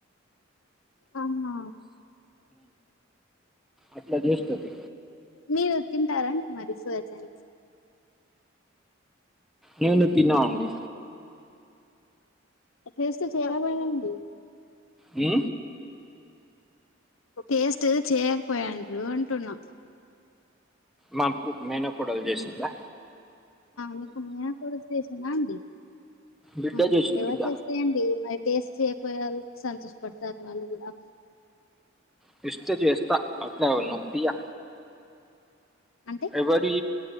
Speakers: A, on the left; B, in the centre.
A: అవునా
B: అట్లా జేస్తది.
A: మీరు తింటా మరి సోయ చంక్స్
B: నేను తినా అండి
A: అట్లీస్ట్ చేయడమేనండి
B: ఊ
A: ఒకేస్ట్ చేయకపోయాండ్రు అంటున్నా
B: మకు మేన కోడల్ చేసిందా
A: మీకు మేనా కోడల్ చేసిందా అండి
B: బిడ్డ
A: ఆ
B: జేసింది
A: ఎవరు
B: బిడ్డ.
A: చేస్తె ఏంటి మరి టేస్ట్ చేయపోయారు సంతోష పడతారు వాళ్ళు కూడా
B: టెస్ట్ చేస్తా అట్ల నొప్పియా
A: అంటే
B: ఎవరీ